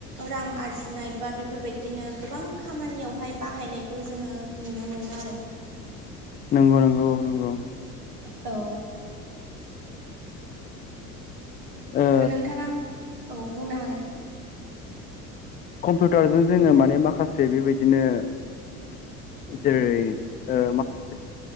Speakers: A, on the right; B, on the left.
A: रां आरजिनाय बा बेफोरबायदिनो गोबां खामानियावहाय बाहायनायखौ जोङो नुनो मोनो आरो
B: नंगौ नंगौ नंगौ
A: औ
B: ओ
A: नोंथाङा औ बुंनो हागोन
B: कम्पिउटारजों जोङो माने माखासे बेबायदिनो जेरै माखासे